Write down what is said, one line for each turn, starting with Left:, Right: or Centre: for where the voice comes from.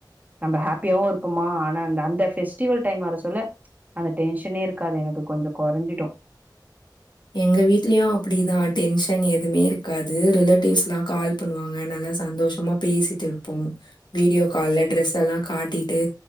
Right: நம்ம ஹாப்பியாவு இருப்போமா ஆனா அந்த அந்த ஃபெஸ்டிவல் டைம் வர சொல்ல அந்த டென்ஷனே இருக்காது எனக்கு கொஞ்சோ கெறைஞ்சிடு
Left: எங்க வீட்லயு அப்டிதா டென்ஷன் எதுமே இருக்காது ரிலேட்டிவ்ஸ்ல்லா கால் பண்ணுவாங்க நல்லா சந்தோஷமா பேசிட்டு இருப்போ வீடியோ கால்ல ட்ரெஸ் எல்லா காட்டிட்டு